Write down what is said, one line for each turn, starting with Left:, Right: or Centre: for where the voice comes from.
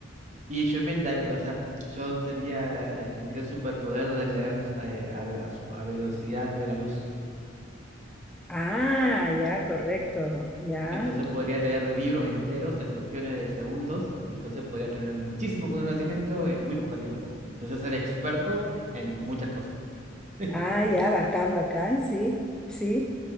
Right: Y yo inventaré, o sea, yo sería, eh, tendría el superpoder de leer eh, a, a su- a velocidad de la luz.
Centre: Ah, ya, correcto. Ya.
Right: Entonces podría leer libros enteros en cuestiones de segundos, y entonces podría tener muchísimo conocimiento en muy poco tiempo. Entonces ser experto en muchas cosas. <laughs>
Centre: Ah, ya, bacán, bacán, sí, sí.